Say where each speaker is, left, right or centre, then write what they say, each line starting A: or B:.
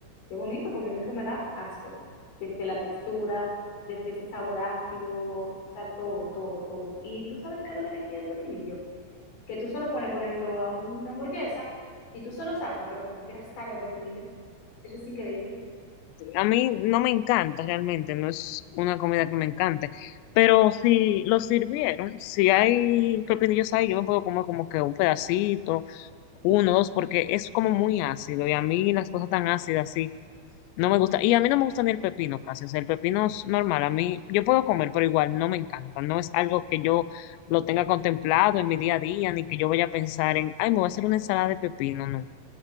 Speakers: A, on the left; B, on the left.
A: Yo vomito porque eso me da asco. Desde la textura, desde ese sabor ácido, o sea, todo, todo, todo. Y tú sabes qué es lo que me quiere el pepinillo. Que tú solo pones, por ejemplo, a una hamburguesa y tú solo sacas, pero como quieras sabe a pepinillo. Eso es increíble.
B: A mí no me encanta realmente, no es una comida que me encante. Pero si lo sirvieron, si hay pepinillos ahí, yo me puedo comer como que un pedacito, uno, dos, porque es como muy ácido y a mí las cosas tan ácidas, sí, No me gusta, y a mí no me gusta ni el pepino casi, o sea, el pepino es normal, a mí yo puedo comer, pero igual no me encanta, no es algo que yo lo tenga contemplado en mi día a día, ni que yo vaya a pensar en, ay, me voy a hacer una ensalada de pepino, no.